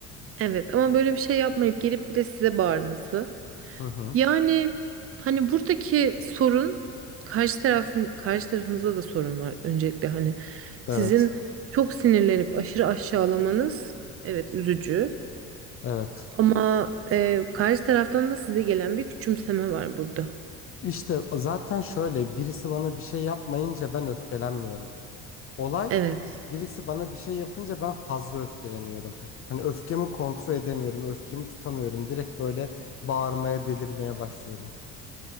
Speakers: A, on the right; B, on the left.
A: Evet ama böyle bir şey yapmayıp gelip bir de size bağırması.
B: Hı hı.
A: Yani hani buradaki sorun karşı tarafın karşı tarafınızda da sorun var öncelikle hani
B: Evet,
A: sizin çok sinirlenip aşırı aşağılamanız evet üzücü.
B: evet.
A: Ama e, karşı taraftan da size gelen bir küçümseme var burada.
B: İşte o zaten şöyle birisi bana bir şey yapmayınca ben öfkelenmiyorum. Olay
A: Evet,
B: birisi bana bir şey yapınca ben fazla öfkeleniyorum. Hani öfkemi kontrol edemiyorum, öfkemi tutamıyorum. Direkt böyle bağırmaya, delirmeye başlıyorum.